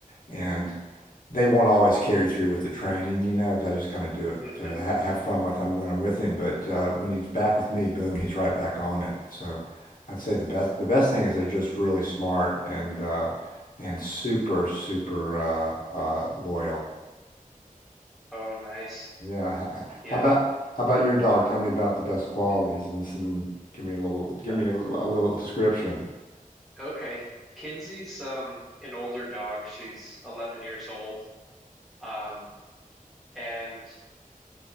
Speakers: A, on the left; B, in the centre.
A: and they won't always carry through with the training, you know, because I just kind of do it
B: hmm
A: to ha have fun with him when I'm with him. But uh, when he's back with me, boom, he's right back on it. So I'd say the best the best thing is they're just really smart and uh, and super super uh, uh, loyal.
B: Oh, nice.
A: Yeah. h- h-
B: Yeah.
A: How about how about your dog? Tell me about the best qualities
B: <laughs>
A: and some give me a little give
B: Uh,
A: me a, l- a little description.
B: okay. Kinsey's um an older dog. She's 11 years old. Um, and